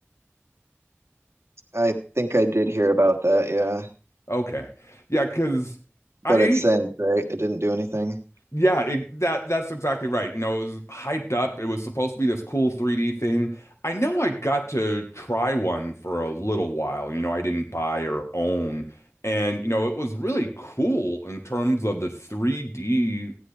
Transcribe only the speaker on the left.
Okay. Yeah, because
I
Yeah, it, that that's exactly right. You know, it was hyped up. It was supposed to be this cool 3D thing. I know I got to try one for a little while. You know, I didn't buy or own. And, you know, it was really cool in terms of the 3D